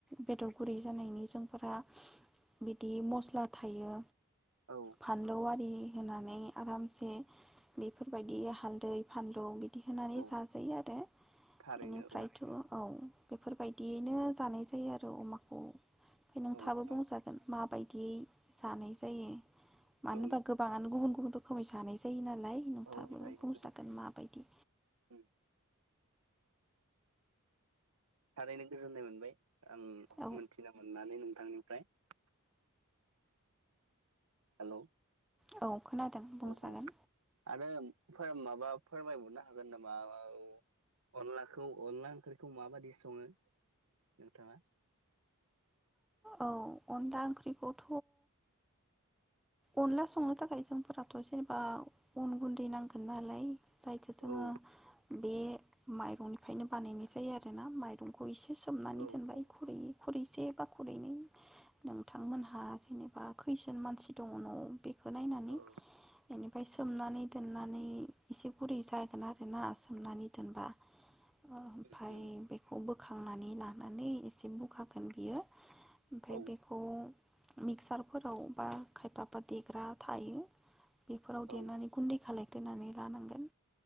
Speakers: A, in the centre; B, on the right.
A: बेदर गुरै जानायनि जोंफोरा बिदि मस्ला थायो
B: औ
A: फानलौ आारि होनानै आरामसे बेफोरबायदि हालदै फानलौ दि होनानै
B: औ
A: जाजायो आरो
B: थारैनो
A: बेनिफ्रायथ' औ बेफोरबाय दियैनो जानाय जायो आरो अमाखौ। फाय नोंथांङाबो
B: औ ओं
A: बुंजागोन माबाय? दि जानाय जायो। मानो
B: ओं
A: होबा गोबाङानो गुबुन <unintelligible> जानाय जायो ना लाय नोंथाङाबो
B: औ जायो
A: बुंजागोन
B: औ
A: माबायदि
B: उम थारैनो गोजोननाय मोनबाय। आं
A: औ
B: मोनथिनो मोननानै नों आंनिफ्राय हेलौ
A: औ खोनादों बुंजागोन
B: औ औ आरो फोर माबा फोरमायहरनो हागोन नामा आ औ अनलाखौ अनला ओंख्रिखौ माबादि सङो नोंथाङा?
A: औ अनला ओंख्रिखौथ अनला संनो थाखाय जोंफोराथ जेनेबा अन गुन्दै नांगोन नालाय जायखो जोङो
B: औ
A: बे माइरंनिफायनो बानायनाय जायो आरोना माइरंखौ एसे सोमनानै
B: औ
A: दोनबाय
B: औ
A: खुरैयै खुरैसे बा खुरैनै नोंथांमोनहा जेनेबा खैजोन मानसि दङ न'आव? इखो नायनानै
B: औ
A: इनि फाय सोमनानै दोननानै एसे गुरै जागोन आरोना सोमनानै दोनबा ओमफाय
B: उम उम
A: बेखौबो खांनानै लानानै एसे बुखागोन बियो फाय
B: औ
A: बेखौ मिक्सारफोराव बा खायफाबा देग्रा थायो बेफोराव
B: औ
A: देरनानै गुन्दै खालाय होनानै लानांगोन